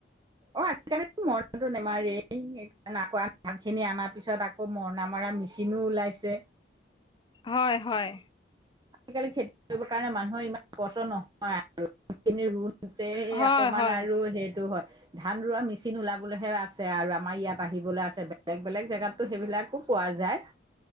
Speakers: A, on the right; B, on the left.
A: অ', আজিকালিতো মৰণাটো নেমাৰেই। ই <unintelligible> ধানখিনি অনাৰ পিছত আকৌ মৰণা মৰা মেচিনো ওলাইছে।
B: হয় হয়।
A: আজিকালি খেতি কৰিবৰ কাৰণে মানুহৰ ইমান কষ্ট নহয় আৰু <unintelligible> তে সেই
B: হয়
A: অকমান
B: হয়
A: আৰু সেইটো হয়। ধান ৰোৱা মেচিন ওলাবলৈহে আছে আৰু। আমাৰ ইয়াত আহিবলৈ আছে। বেলেগ বেলেগ জেগাততো সেইবিলাকো পোৱা যায়।